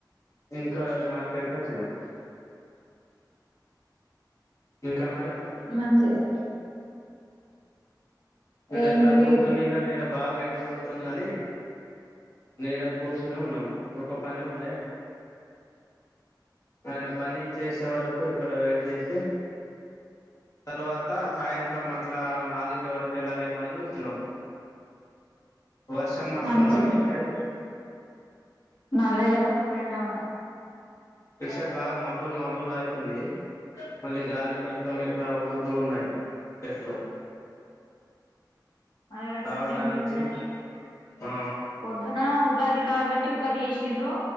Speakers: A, on the left; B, on the left.
A: ఇంకా మార్కెట్ కు వచ్చినం ఇంకా మరి
B: మంచిదే
A: ఇడ
B: ఏం
A: ఇక్కడ కూర్చుని
B: లేదు
A: ఇగా నీడ బాగా ఎండగొడుతుందని నీడ కూర్చని ఉన్నాం ఒక్క పని ఉండే ఆయన పని చేసే వరకు ఇక్కడ వెయిట్ చేసి తర్వాత సాయంత్రం అట్లా నాలుగిటి వరకు వెళ్లాలేమో అని చూస్తున్నాము వర్షం మస్తుందా
B: మంచి
A: మీ సైడ్
B: నా దగ్గర ఫుల్ ఎండ ఉన్నది
A: ఇట్ సైడ్ బాగా మబ్బులు మబ్బులు అయితుంది మళ్ళీ గాలి కొంచెం ఇట్లా ఊ తున్నాయి చెట్లు
B: మా దగ్గర ఫుల్
A: రావడానికి
B: ఎండ ఉన్నది
A: ఆ
B: పొద్దున ఉగాది కాబట్టి ఉగాది చేసిర్రు